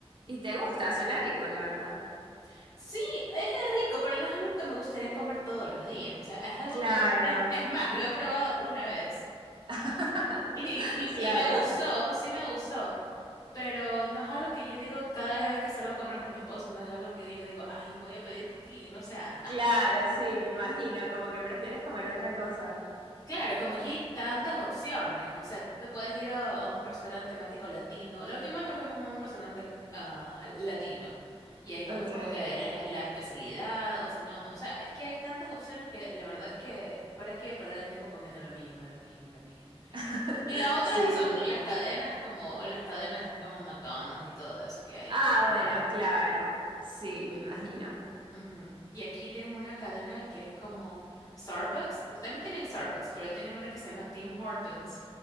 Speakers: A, on the right; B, on the left.
A: Y te gusta, suena rico, la verdad.
B: Mm, Sí, es es rico, pero no es algo que me gustaría comer todos los días. O sea, es algo
A: Claro,
B: que, es, es más, lo he probado una vez
A: <laughs>
B: <laughs> y, y,
A: Claro,
B: y me gustó, sí me gustó, pero no es algo que yo digo cada vez que salgo a comer con mi esposo, no es algo que yo digo, ay, voy a pedir putín, o sea, no.
A: claro, sí, me imagino, como que prefieres comer otra cosa.
B: Claro, como aquí hay tantas opciones, o sea, te puedes ir a, a un restaurante temático latino. La última vez nos fuimos a un restaurante ah, latino y ahí comes
A: Ok.
B: como que la, la especialidad o si no, o sea, es que hay tantas opciones que la verdad es que para qué perder el tiempo comiendo lo mismo, lo mismo, lo mismo.
A: <laughs>
B: Y la otra
A: Sí,
B: son
A: totalmente.
B: las cadenas como las cadenas como McDonald's y todo eso que hay
A: Ah,
B: por todos
A: bueno,
B: lados aquí.
A: claro. Sí, me imagino.
B: Ujú. Y aquí tienen una cadena que es como Starbucks. También tienen Starbucks, pero tienen una que se llama Tim Hortons,